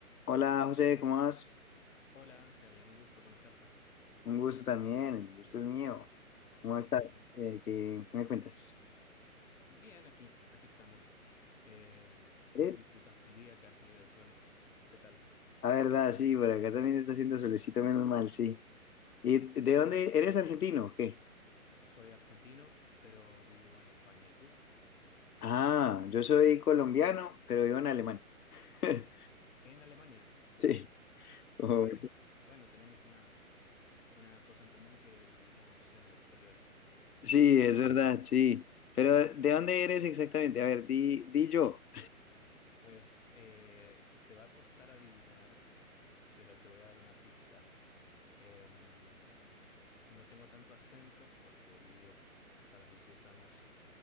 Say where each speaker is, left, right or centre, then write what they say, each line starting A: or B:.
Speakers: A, on the left; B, on the left.
A: Hola José, ¿cómo vas?
B: Hola Ángel, un gusto conocerte.
A: Un gusto también, el gusto es mío. ¿Cómo
B: <laughs>
A: estás? Eh, ¿qué, qué me cuentas?
B: Bien, aquí, aquí estamos, em,
A: Eh,
B: disfrutando el día que ha salido el sol. ¿Tú qué tal?
A: la verdad, sí, por acá también está haciendo solecito, menos mal, sí. ¿Y de dónde eres argentino o qué?
B: Soy argentino, pero vivo en España. ¿Y tú?
A: Ah, yo soy colombiano, pero vivo en Alemania. <laughs>
B: En Alemania.
A: Sí, como-
B: Qué Guay. Bueno, tenemos una, una cosa en común que vivimos en el exterior.
A: sí, es
B: Bueno.
A: verdad, sí. Pero ¿de dónde eres exactamente? A ver, di, di yo.
B: Pues eh, te va a costar adivinar, pero te voy a dar una pista. Em, no tengo tanto acento porque he vivido hasta los 18 años